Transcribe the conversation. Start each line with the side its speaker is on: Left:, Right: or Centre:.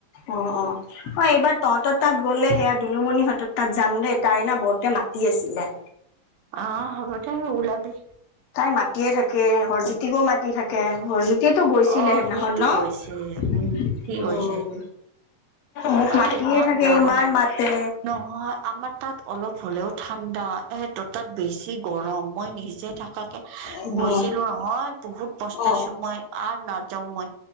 Left: অ', অ'। অ', এইবাৰ তহতৰ তাত গ'লে সেয়া দুলুমণি হতৰ তাত যাম দেই তাইনা বৰকে মাতি আছিলে।
Right: অ', হ'ব দে ওলাবি।
Left: তাই মাটিয়ে থাকে হৰজ্যোতিকো মাতি থাকে হৰজ্যোতি এতিয়াতো গৈছিলে
Right: অ
Left: সেইদিনাখন
Right: সিটো
Left: ন
Right: গৈছে উম সি
Left: উম।
Right: গৈছে
Left: মোক
Right: আৰু
Left: মাতিয়ে
Right: ইমান
Left: থাকে
Right: গৰম
Left: ইমান মাতে।
Right: নহয় আমাৰ তাত অলপ হ'লেও ঠাণ্ডা ত তাত বেছি গৰম মই নিজ যে থাকাকে
Left: অ
Right: গৈছিলো নহয় বহুত পস্তাইছো
Left: অ
Right: মই আৰু নাযাও মই।